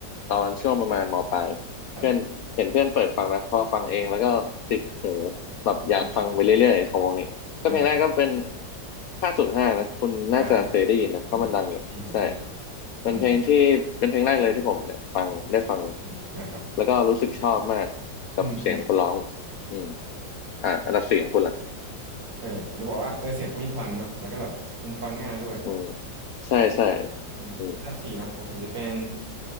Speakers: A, on the left; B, on the right.
A: ตอนช่วงประมาณมปลาย
B: ครับ
A: เพื่อนเห็นเพื่อนเปิดฟังนะพอฟังเองแล้วก็ติดหูแบบอยากฟังไปเรื่อยๆของวงนี้ก็เพลงแรกก็เป็น
B: อืมอ่า
A: ห้าศูนย์ห้านะคุณน่าจะเคยได้ยินนะเพราะมันดังอยู่ใช่
B: อ่าอ่าได้ยินครับได้ยิน
A: เป็นเพลงที่เป็นเพลงแรกเลยที่ผมเนี่ยฟังได้ฟัง
B: อืมอืมอ่าครับ
A: แล้วก็รู้สึกชอบมากกับเสียงคนร้อง
B: อืมอืมอ่า
A: อืมอ่าอันดับสี่ของคุณล่ะ
B: เออผมจะบอกว่าเออเสียงเขามีพลังเนาะแล้วก็แบบมันฟังง่ายด้วย
A: อืมใช่ใช่
B: อืมอันดับสี่เนาะของผมจะเป็น
A: อืม